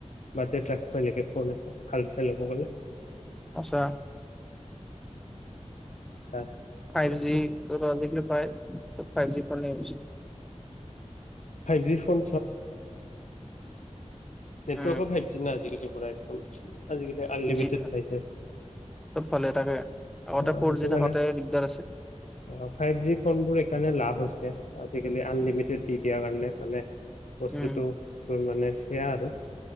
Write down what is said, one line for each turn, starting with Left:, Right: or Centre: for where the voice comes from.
Left: বাজেট ৰাখাবাই লাগে ফোন এটা ভাল চাই লোব
Centre: আচ্ছা
Left: আহে
Centre: ফাইভ
Left: বাকী
Centre: জি পায়। Five G phone use
Left: five G phone নেটৱৰ্কও
Centre: উম।
Left: ফাইভ জি না আজিকালি পুৰা একদম আজি কালি আনলিমিটেড
Centre: জি
Left: পাই,
Centre: চব ভালে থাকে আগতে
Left: অ
Centre: ফ'ৰ
Left: সেইটো
Centre: জি থাকোতে
Left: কাৰণে
Centre: দিগদাৰ আছিল।
Left: অ ফাইভ জি ফোন বোৰ এ সেইকাৰণে লাভ হৈছে, আজিকালি আনলিমিটেড দি দিয়াৰ কাৰণে মানে বস্তুতটো
Centre: উম
Left: তোৰ মানে। সেয়া আৰু